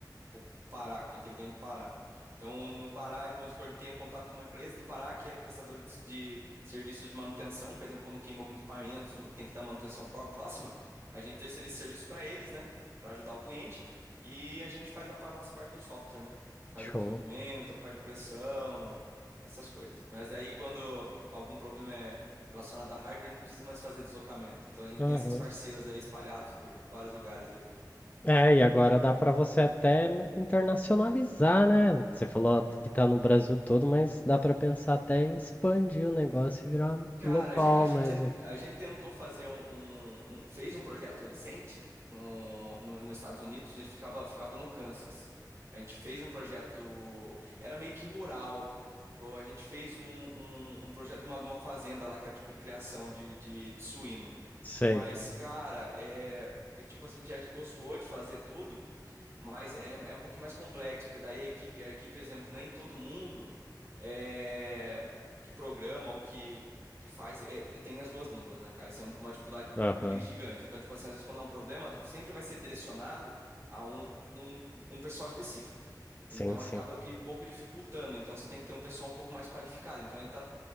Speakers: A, on the right (about 40°); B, on the left (about 20°).
A: ou Pará, quem tem cliente no Pará. Então, no Pará, vamos supor, tem um contato com uma empresa do Pará que é prestadora de, de serviços de manutenção, por exemplo, quando queima algum equipamento, tem que dar manutenção pró- próxima, a gente terceiriza esse serviço para eles, né, para ajudar o cliente, e a gente faz a pa- nossa parte do software, né? Faz
B: Show.
A: o desenvolvimento, a parte de pressão, essas coisas. Mas aí quando algum problema é relacionado a hardware, a gente não precisa mais fazer deslocamento. Então a gente
B: Aham.
A: tem essas parceiras aí espalhadas por vários lugares aí.
B: É, e agora dá para você até internacionalizar, né? Você falou que tá no Brasil todo, mas dá para pensar até em expandir o negócio e virar
A: Cara,
B: global
A: a ge- a gente,
B: mesmo.
A: a gente tentou fazer um, um- um- fez um projeto recente no, no- nos Estados Unidos, a gente ficava, ficava no Kansas. A gente fez um projeto, era meio que rural. Ou a gente fez um, um- um projeto de uma, de uma fazenda lá, que era tipo de criação de, de, de suíno.
B: Sei.
A: Mas, cara, é, é tipo assim, a gente gostou de fazer tudo. Mas é, é um pouquinho mais complexo, porque daí a equipe, a equipe, exemplo, nem todo mundo é, que programa ou que, que faz é, é- tem as duas línguas, né, cara? Isso é uma dificuldade big-
B: Aham.
A: gigante. Então, tipo assim, às vezes quando há um problema, sempre vai ser direcionado a um, um, um pessoal específico. Então,
B: Sim, sim,
A: acaba que pouco dificultando. Então, você tem que ter um pessoal um pouco mais qualificado. Então, a gente tá